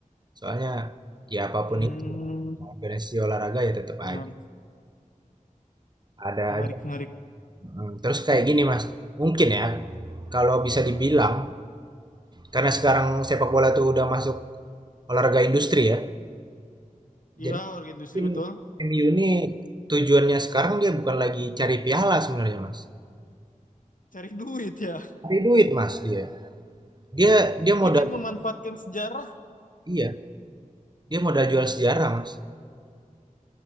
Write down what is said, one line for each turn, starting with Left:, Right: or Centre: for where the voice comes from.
Right: Soalnya ya apapun
Left: hmm
Right: itu organisasi olahraga ya tetap
Left: menarik
Right: aja ada
Left: menarik
Right: aja.
Left: menarik
Right: Mm, Terus kayak gini Mas, mungkin ya kalau bisa dibilang karena sekarang sepak bola tuh udah masuk olahraga industri ya.
Left: iya
Right: Jadi
Left: warga industri
Right: mungkin
Left: betul
Right: M u ini tujuannya sekarang dia bukan lagi cari piala sebenarnya Mas.
Left: cari duit ya
Right: Cari duit Mas dia. Dia dia
Left: jadi
Right: modal
Left: dia memanfaatkan sejarah
Right: Iya, dia modal jual sejarah, Mas.